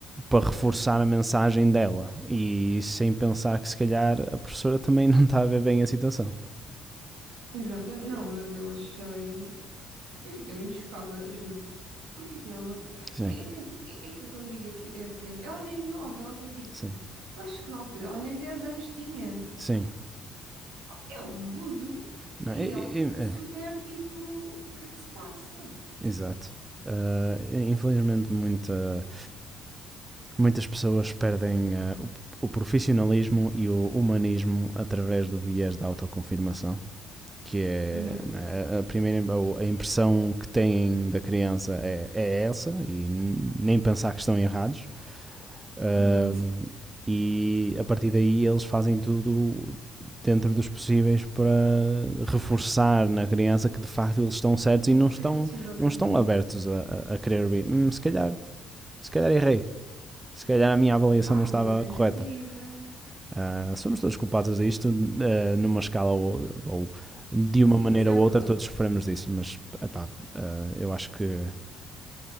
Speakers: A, on the right; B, on the right.
A: para reforçar a mensagem dela e sem pensar que se calhar a professora também <laughs> não está a ver bem a situação.
B: exatamente, não, mas eu achei... Eu fiquei mesmo chocada, juro. Porque isso não é uma...
A: Sim,
B: É, é que, é que eu quando digo que é a criança, ela é mesmo nova, ela tem tipo...
A: sim,
B: Eu acho que na altura ela nem 10 anos tinha.
A: sim.
B: É um abuso.
A: Não, é,
B: E
A: é,
B: ela ficou
A: é,
B: super
A: é,
B: tipo, o que é que se passa?
A: exato. Uh, infelizmente, muita Muitas pessoas perdem eh, o, o profissionalismo e o humanismo através do viés da autoconfirmação, que é
B: Yeah,
A: né, a primeira a impressão que têm da criança é, é essa e nem pensar que estão errados. Ahm,
B: exato.
A: e a partir daí eles fazem tudo dentro dos possíveis para reforçar na criança que de facto eles estão certos
B: Estão
A: e não
B: corretos,
A: estão,
B: exatamente.
A: não estão abertos a, a, a querer ouvir. "Hum, se calhar se calhar errei, se calhar a minha avaliação
B: Ah,
A: não estava
B: nunca na
A: correta.
B: vida.
A: Ah, somos todos culpados disto, ah, numa escala ou, ou de uma
B: Sim,
A: maneira
B: isso é
A: ou
B: verdade.
A: outra, todos sofremos disso, mas epá, ah, eu acho que